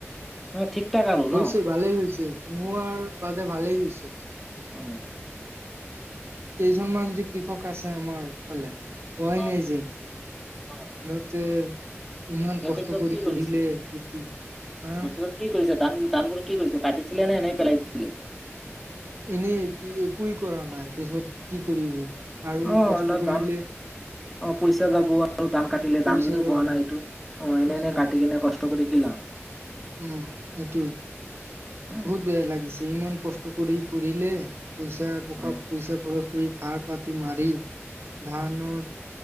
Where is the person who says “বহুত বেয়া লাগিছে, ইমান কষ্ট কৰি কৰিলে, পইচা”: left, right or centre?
Right